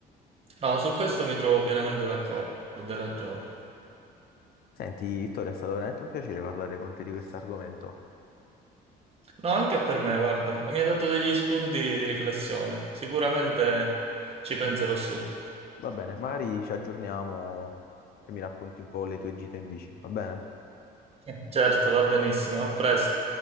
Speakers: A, on the right; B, on the left.
A: No, su questo mi trovo pienamente d'accordo, hai ragione.
B: Senti, Vittorio, è stato veramente un piacere parlare con te di questo argomento.
A: No, anche per me, guarda, mi ha dato degli spunti di riflessione. Sicuramente ci penserò su.
B: Va bene, magari ci aggiorniamo e mi racconti un po' le tue gite in bici, va bene?
A: Sì. Certo, va benissimo, a presto.